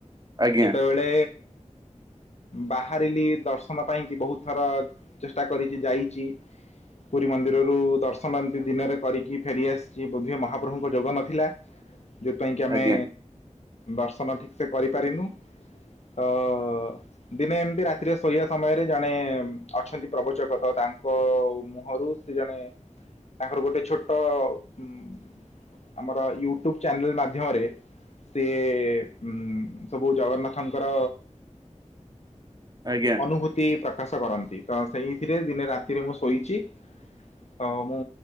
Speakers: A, on the right; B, on the left.
A: ଆଜ୍ଞା
B: ଯେତେବେଳେ ବାହାରିଲି ଦର୍ଶନ ପାଇଁ କି ବହୁତ ଥର। ଚେଷ୍ଟା କରିଚି ଯାଇଛି। ପୁରୀ ମନ୍ଦିରରୁ ଦର୍ଶନ ଏମିତି ଦିନରେ କରିକି ଫେରିଆସିଛି ବୋଧେ ମହାପ୍ରଭୁଙ୍କ ଯୋଗ ନଥିଲା। ଯୋଉଥି ପାଇଁ କି ଆମେ
A: ଆଜ୍ଞା
B: ଦର୍ଶନ ଠିକ ସେ କରିପାରିନୁ। ଓ ହୋ ଦିନେ ଏମିତି ରାତିରେ ଶୋଇବା ସମୟରେ ଜଣେ। ଅଛନ୍ତି ପ୍ରବଚକତ ତାଙ୍କ ମୁହଁରୁ ସେ ଜଣେ। ତାଙ୍କର ଗୋଟେ ଛୋଟ ଉଁ। ଆମର ୟୁଟ୍ୟୁବ ଚ୍ୟାନେଲ ମାଧ୍ୟମରେ ସିଏ। ସିଏ ଉଁ ସବୁ ଜଗନ୍ନାଥଙ୍କର
A: ଆଜ୍ଞା।
B: ଅନୁଭୂ ତି ପ୍ରକାଶ କରନ୍ତି ତ ସେଇଥିରେ ଦିନେ ରାତିରେ ମୁଁ ଶୋଇଚି। ତ ମୁଁ